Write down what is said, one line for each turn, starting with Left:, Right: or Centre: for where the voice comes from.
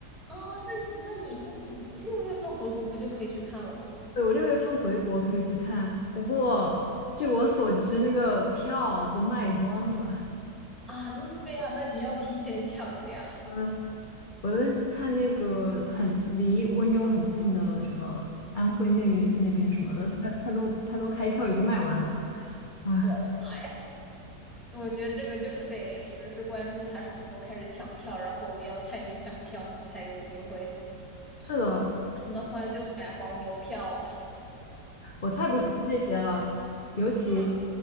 Centre: 哦，那你那你那你六月份回国不就可以去看了吗？
Left: 对我六月份回国可以去看，不过据我所知，那个票都卖光了。
Centre: 啊，那对呀，那你要提前抢的呀。
Left: 嗯，我在看那个很离温州很近的什么安徽那那边什么的，他他都他都开票已经卖完了。啊，
Centre: 我的妈，我觉得这个就是得实时关注他什么时候开始抢票，然后要参与抢票才有机会，不
Left: 是的，
Centre: 然的话就买黄牛票了。
Left: 我太不熟悉这些了，尤其
Centre: 嗯，